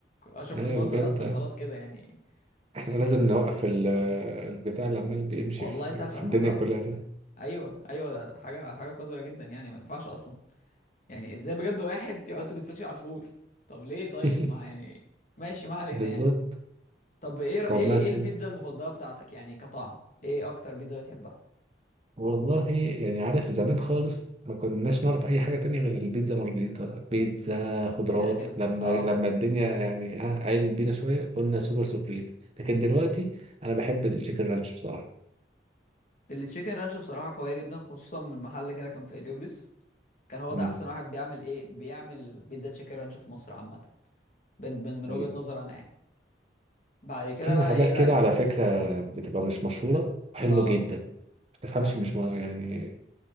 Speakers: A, on the left; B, on the right.
A: أنا شفت
B: أيوة
A: المنظر
B: بجد
A: أصلا
B: اه
A: خلاص كده يعني
B: احنا
A: يعني
B: لازم نوقف ال- البتاع اللي عمال بيمشي
A: والله
B: في
A: سفه
B: في الدنيا
A: وهو
B: كلها ده
A: أيوه أيوه ده حاجة حاجة قذرة جدا يعني ما ينفعش أصلا يعني إزاي بجد واحد يحط بيستاشيو على الفول طب ليه طيب
B: <laughs>
A: ما يعني ماشي ما علينا
B: بالظبط
A: يعني طب إيه رأ- إيه
B: طب مثلا
A: إيه البيتزا المفضلة بتاعتك يعني كطعم إيه أكتر بيتزا بتحبها
B: والله يعني عارف زمان خالص ما كناش نعرف اي حاجه تانية غير البيتزا مارجريتا بيتزا خضروات
A: كده كده
B: لما
A: اه
B: لما الدنيا يعني ها عالت بينا شويه قلنا سوبر سوبريم لكن دلوقتي انا بحب التشيكن رانش بصراحه
A: التشيكن رانش بصراحة قوية جدا خصوصا من محل كده كان في هليوبلس كان هو
B: امم
A: ده احسن واحد بيعمل ايه بيعمل بيتزا تشيكن رانش في مصر عامة من من من
B: ايوه
A: وجهة نظر انا يعني بعد كده
B: في
A: بقى
B: محلات
A: ايه لا
B: كده على فكره بتبقى مش مشهوره حلوه
A: اه
B: جدا ما تفهمش
A: ايوه
B: مش م... يعني